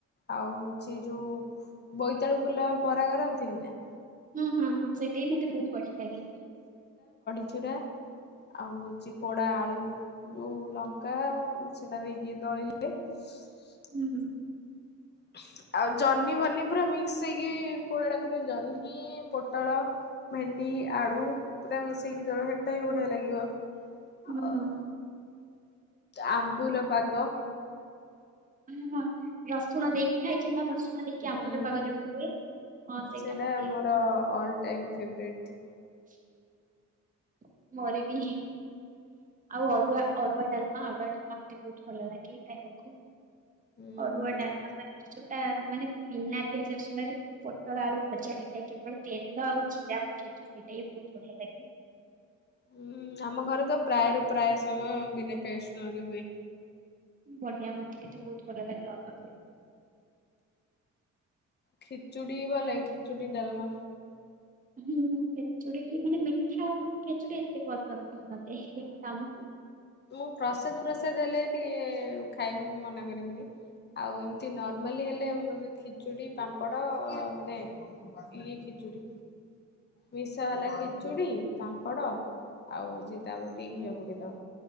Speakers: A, on the left (about 35°); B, on the right (about 25°).
A: ଆଉ ହଉଚି ଯୋଉ ବୋଇତାଳୁ ଫୁଲ ବରା, କରନ୍ତିନି ନା।
B: ହୁଁ ହୁଁ ହୁଁ ସେଇଟା ବି ମତେ ବହୁତ ବଢିଆ ଲାଗେ।
A: ଯଉଟ <unintelligible> ଆଉ ହଉଚି ପୋଡା ଆଳୁ, ଯୋଉ ଲଙ୍କା ସେଟା ବି ଦେଇକି ଦଳିଲେ <unintelligible>
B: ହୁଁ ହୁଁ
A: ହ <unintelligible> ଆଉ ଜହ୍ନି ବହ୍ନି ପୁରା ମିକ୍ସ୍ ହେଇକି ପୋଡ଼ାଟା କରି ଜହ୍ନି, ପୋଟଳ ଭେଣ୍ଡି, ଆଳୁ, ପୁରା ମିଶେଇକି ଦଳ ସେଟା ବି ବଢିଆ ଲାଗିବ।
B: ହୁଁ।
A: ଆଉ ଆମ୍ବୁଲ ପାଗ।
B: ହୁଁ, ହଁ, ରସୁଣ ଦେଇକି ଖାଇଛ ନା ରସୁଣ ଦେଇକି ଆମ୍ବୁଲ
A: ହୁଁ
B: ପାଗ
A: ହୁଁ
B: ଜଉଟା ହୁଏ। ହଁ
A: ସେଇଟା
B: ମତେ ବି
A: ମୋର
B: ବହୁତ ବଢିଆ
A: ଅଲ୍ ଟାଇମ୍ ଫେବ୍ରେଟ୍।
B: <unintelligible> ମୋର ବି ଆଉ ଅରୁଆ, ଅରୁଆ ଡାଲମା, ଅରୁଆ ଡାଲମା ମତେ ବହୁତ ଭଲ ଲାଗେ ଖାଇବାକୁ।
A: ହୁଁ
B: ଅରୁଆ ଡାଲ୍ ମା ପାଇଁ ତା ମାନେ ବିନା ପିଆଜ ରସୁଣ ରେ ପୋଟଳ ଆଳୁ ଭଜା ହେଇଥାଏ, କେବଳ ତେଲ ଆଉ ଜିରା ପକେଇ ସେଇଟା ବି ବହୁତ ବଢିଆ ଲାଗେ।
A: ହୁଁ ଆମ ଘରେ ତ ପ୍ରାୟରୁ ପ୍ରାୟ ସମୟ ବିନା ପିଆଜ ରସୁଣ ରେ ହୁଏ।
B: ବଢିଆ ମତେ କିନ୍ତୁ ବହୁତ ଭଲ ଲାଗେ, ଅଲଗା
A: ଖିଚୁଡ଼ି ଭଲେ, ଖିଚୁଡ଼ିି ଡାଲମା।
B: ହୁଁ ଖେଚୁଡି ମାନେ, ମିଠା ଖେଚୁଡି ଏତେ ପସନ୍ଦ। ମତେ ହି ଖାଇ ଦଉନୁ। <unintelligible>
A: ମୁଁ ପ୍ରସାଦ, ପ୍ରସାଦ ହେଲେ ଟିକେ ଖାଇମି ମନା କରିମିନି। ଆଉ ଏମିତି ନର୍ମାଲି ହେଲେ ମ ଖିଚୁଡି ପାମ୍ପଡ ମାନେ ଇଏ ଚୁଡି ମିଶା ବାଲା ଖିଚୁଡି ପାମ୍ପଡ ଆଉ ହଉଚି ତାପରେ ଟିକେ ଘିଅ ପକେଇଦବା